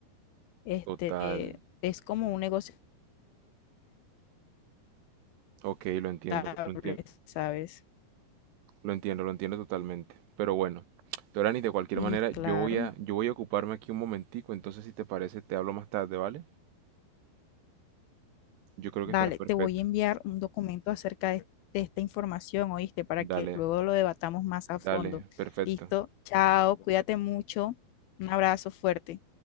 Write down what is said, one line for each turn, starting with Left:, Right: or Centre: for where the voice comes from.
Left: este,
Right: Total.
Left: es como un negocio
Right: Ok, lo entiendo,
Left: rentable,
Right: lo entiendo,
Left: ¿sabes?
Right: lo entiendo, lo entiendo totalmente. Pero bueno, Dorani, de cualquier
Left: Y
Right: manera, yo
Left: claro,
Right: voy a, yo voy a ocuparme aquí un momentico. Entonces, si te parece, te hablo más tarde, ¿vale? Yo creo
Left: vale,
Right: que estará perfecto.
Left: te voy a enviar un documento acerca de, de esta información, ¿oíste? Para
Right: Dale.
Left: que luego lo debatamos más a fondo.
Right: Dale, perfecto.
Left: Listo, chao, cuídate mucho, un abrazo fuerte.